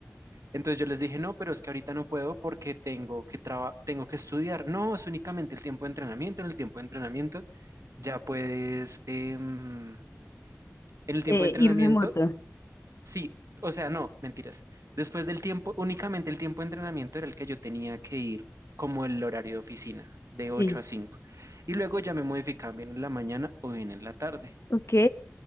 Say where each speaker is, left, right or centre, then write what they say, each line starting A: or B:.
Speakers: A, on the right; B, on the left.
A: entonces yo les dije, no, pero es que ahorita no puedo porque tengo que traba- tengo que estudiar. No, es únicamente el tiempo de entrenamiento. En el tiempo de entrenamiento ya puedes, em, en el tiempo
B: eh,
A: de entrenamiento,
B: y remoto.
A: sí, o sea, no, mentiras. Después del tiempo, únicamente el tiempo de entrenamiento era el que yo tenía que ir como el horario de oficina, de ocho
B: Sí.
A: a cinco Y luego ya me modificaban bien en la mañana o bien en la tarde.
B: Ok.